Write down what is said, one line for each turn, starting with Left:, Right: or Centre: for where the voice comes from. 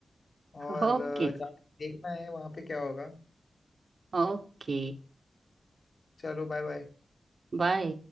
Left: और
Right: है ओके
Left: अ,
Right: जी
Left: जाके देखना है वहां पे क्या होगा
Right: ओके
Left: चलो बाय बाय
Right: बाय